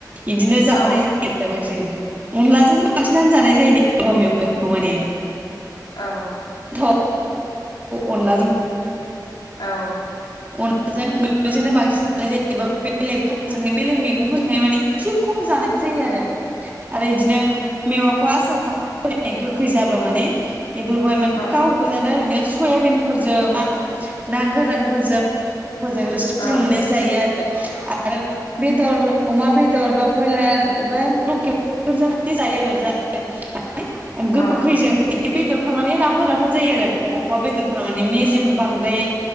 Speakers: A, on the right; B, on the left.
A: बिदिनो जानाय
B: औ
A: जायो बांसिन अनलाजोंनो बांसिनानो जानाय जायो दे औवा‌ मेवाइखौ माने
B: औ
A: <unintelligible> अनलाजों
B: औ
A: अनलाजों <unintelligible> जोंनो बांसिन जानाय जायो एबा बेलेगफोरजोंहाय बेलेग मैगंफोरजोंहाय माने एसे खम जानाय जायो आरो आरो इदिनो मेवाखौ आसार खा <unintelligible> गोखै जाबा माने बेफोरखौहाय माने
B: औ
A: गाव गोजानो ओरैनो सयाबिनफोरजों मा ना गोरानफोरजों मोजां रोसि फुदुंनानै
B: औ
A: जायो आरो <unintelligible> आरो बेदर अमा बेद दर बा बयलार बा लकेल बेफोरजों माने जायो आरो <unintelligible> <unintelligible>
B: औ
A: गोखैजों माने बेदर फ्रा माने राफोद राफोद जायो आरो अमा बेदर फ्रा माने मेजेम बांद्राय